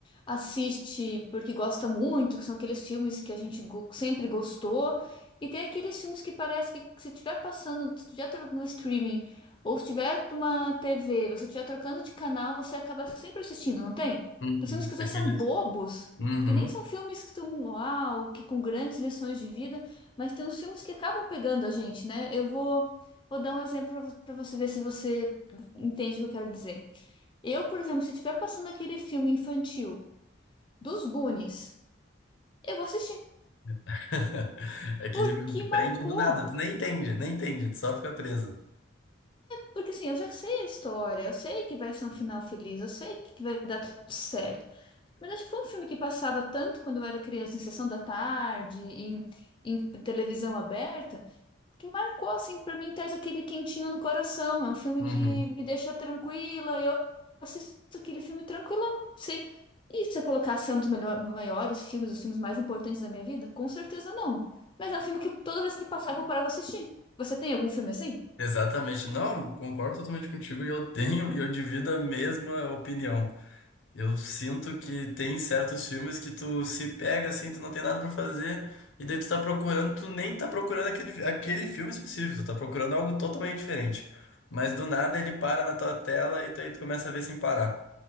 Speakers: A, on the left; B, on the left.
A: assiste porque gosta muito, que são aqueles filmes que a gente go- sempre gostou, e tem aqueles filmes que parece que se estiver passando, se estiver tro- no streaming, ou se tiver numa TV, você estiver trocando de canal, você acaba sempre assistindo, não tem?
B: Uhum.
A: Os filmes que às vezes
B: Aqueles.
A: são bobos,
B: Uhum.
A: que nem são filmes que estão uau, que com grandes lições de vida, mas tem uns filmes que acabam pegando a gente, né? Eu vou, vou dar um exemplo para você ver se você entende o que eu quero dizer. Eu, por exemplo, se estiver passando aquele filme infantil dos Goonies, eu vou assistir
B: <laughs> Aquele
A: porque
B: filme que prende
A: marcou.
B: do nada, tu nem entende, nem entende, tu só fica preso.
A: Porque assim, eu já sei a história, eu sei que vai ser um final feliz, eu sei que vai dar tudo certo. Mas acho que foi um filme que passava tanto quando eu era criança, em sessão da tarde, em, em televisão aberta, que marcou, assim, pra mim, traz aquele quentinho no coração. É um filme
B: Uhum.
A: que me deixa tranquila. Eu assisto aquele filme tranquila, sem. E se eu colocasse é um dos melhor, maiores filmes, os filmes mais importantes da minha vida? Com certeza não. Mas é um filme que toda vez que passava eu parava pra assistir. Você tem algum filme assim?
B: Exatamente. Não, concordo totalmente contigo e eu tenho e eu divido a mesma opinião. Eu sinto que tem certos filmes que tu se pega assim, tu não tem nada pra fazer e daí tu tá procurando, tu nem tá procurando aquele, aquele filme específico, tu tá procurando algo totalmente diferente. Mas do nada ele para na tua tela e tu, aí tu começa a ver sem parar.